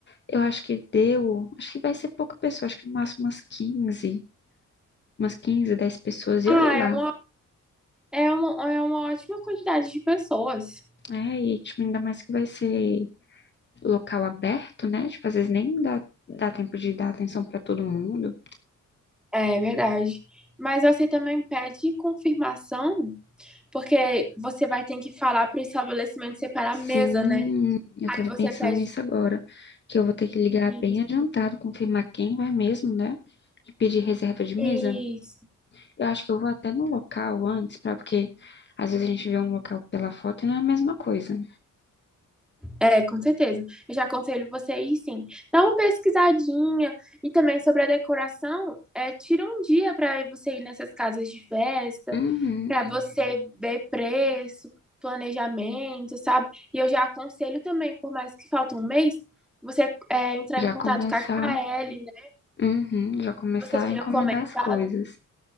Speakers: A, on the left; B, in the centre.
A: Eu acho que deu. Acho que vai ser pouca pessoa. Acho que no máximo umas 15, Umas 15, 10 pessoas. E
B: Ah,
A: olha lá.
B: é uma, é uma, é uma ótima quantidade de pessoas.
A: É, e tipo, ainda mais que vai ser local aberto, né? Tipo, às vezes nem dá, dá tempo de dar atenção pra todo mundo.
B: É verdade. Mas você também pede confirmação, porque você vai ter que falar para o estabelecimento separar
A: Sim,
B: a mesa, né?
A: eu
B: Aí
A: tava
B: você
A: pensando
B: pede
A: nisso agora, que eu vou ter que ligar
B: isso,
A: bem adiantado, confirmar quem vai mesmo, né? E pedir reserva de mesa.
B: isso.
A: Eu acho que eu vou até no local antes, para porque às vezes a gente vê um local pela foto e não é a mesma coisa.
B: É, com certeza. Eu já aconselho você aí, sim. Dá uma pesquisadinha e também sobre a decoração, é, tira um dia para você ir nessas casas de festa,
A: Uhum,
B: para você ver preço, planejamento, sabe? E eu já aconselho também, por mais que falte um mês, você é, entrar
A: já
B: em contato
A: começar,
B: com a KL, né?
A: uhum, já começar
B: Que você tinha
A: a encomendar
B: comentado,
A: as coisas.